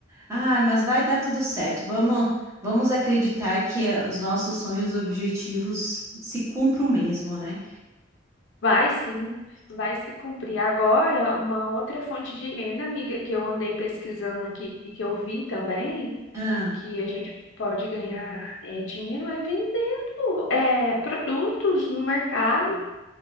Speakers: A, on the right; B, on the left.
A: Ah, mas vai dar tudo certo. Vamos, vamos acreditar que os nossos sonhos e objetivos se cumpram mesmo, né?
B: Vai sim, vai se cumprir. Agora, uma outra fonte de renda, amiga, que eu andei pesquisando aqui e que eu vi também,
A: Ah,
B: que a gente pode ganhar é, dinheiro é vendendo é, produtos no mercado.